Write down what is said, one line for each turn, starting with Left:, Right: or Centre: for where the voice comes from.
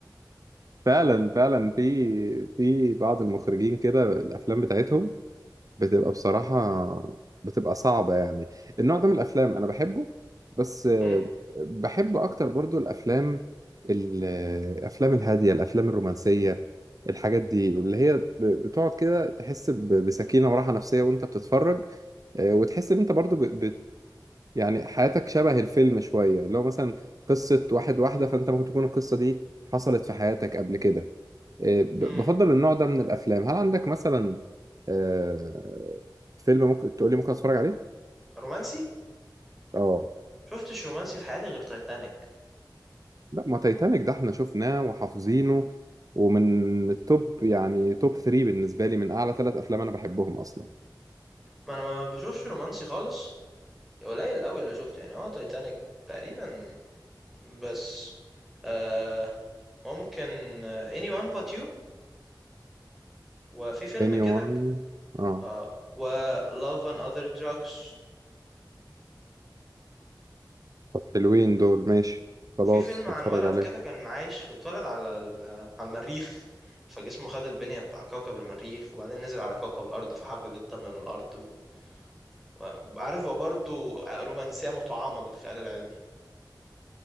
Right: فعلا فعلا في في بعض المخرجين كده الافلام بتاعتهم بتبقى بصراحه بتبقى صعبه يعني النوع ده من الافلام انا بحبه بس آه،
Centre: امم
Right: بحب اكتر برضو الافلام ال- آه، الافلام الهاديه الافلام الرومانسيه الحاجات دي اللي هي ب- بتقعد كده تحس ب- بسكينه وراحه نفسيه وانت بتتفرج آه، وتحس ان انت برضو ب... ب... يعني حياتك شبه الفيلم شويه اللي هو مثلا قصه واحد واحده فانت ممكن تكون القصه دي حصلت في حياتك قبل كده إيه، ب-
Centre: امم
Right: بفضل النوع ده من الافلام هل عندك مثلا آه، فيلم ممكن تقول لي ممكن اتفرج عليه
Centre: رومانسي
Right: اه
Centre: شفتش رومانسي في حياتي غير تايتانيك
Right: لا ما تايتانيك ده احنا شفناه وحافظينه ومن التوب يعني توب 3 بالنسبه لي من اعلى ثلاث افلام انا بحبهم اصلا
Centre: ما انا ما بشوفش رومانسي خالص قليل قوي اللي شفته يعني هو تايتانيك تقريبا بس آه، ممكن آه، anyone but you وفي فيلم
Right: اني
Centre: كده
Right: وان
Centre: ك-
Right: اه
Centre: اه و love and other drugs
Right: طب حلوين دول ماشي خلاص
Centre: في فيلم عن
Right: اتفرج
Centre: ولد
Right: عليهم
Centre: كده كان عايش في اتولد على ال- على المريخ فجسمه خد البنية بتاع كوكب المريخ وبعدين نزل على كوكب الأرض فحب بنت من الأرض و- وعارف هو برضه رومانسية مطعمة بالخيال العلمي